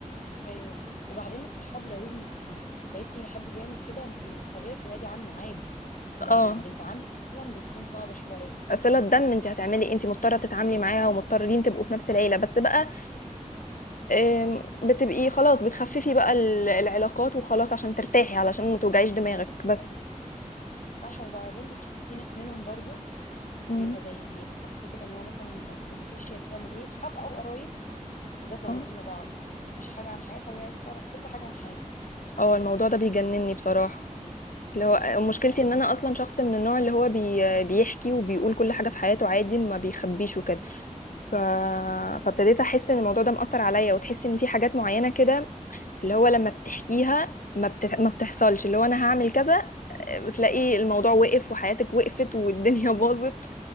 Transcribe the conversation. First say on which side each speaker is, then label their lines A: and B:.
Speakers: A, on the left; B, on the left.
A: أيوه وبعدين الصحاب لو أنتي لقيتي حد بيعمل كده أنتي طبيعي بتبعدي عنه عادي أما
B: اه
A: اللي بنت عمك مثلا بتكون صعبة شوية
B: صله دم انت هتعملي إيه؟ انت مضطره تتعاملي معاها ومضطرين تبقوا في نفس العيله بس بقى آم، بتبقي خلاص بتخففي بقى ال- العلاقات وخلاص عشان ترتاحي علشان ما توجعيش دماغك بس
A: صح وبعدين بتشوفي في ناس منهم برضو
B: مم.
A: بيبقوا زي بيتخبطوا كده إن هو مثلا ما تقولكيش هي بتعمل إيه صحاب أو قرايب بالذات لو
B: آه.
A: من سن بعض ملكيش حاجة عن حياتها وهي عايزة تعرف كل حاجة عن حياتك
B: اه الموضوع ده بيجنني بصراحة اللي هو مشكلتي
A: فعلا
B: ان انا اصلا شخص من النوع اللي هو بي... بيحكي وبيقول كل حاجة في حياته عادي ما بيخبيش وكده ف... فابتديت احس ان الموضوع ده مأثر عليا وتحس ان في حاجات معينة كده اللي هو لما بتحكيها ما, بت... ما بتحصلش اللي هو انا هعمل كذا بتلاقي الموضوع وقف وحياتك وقفت والدنيا <laughs> باظت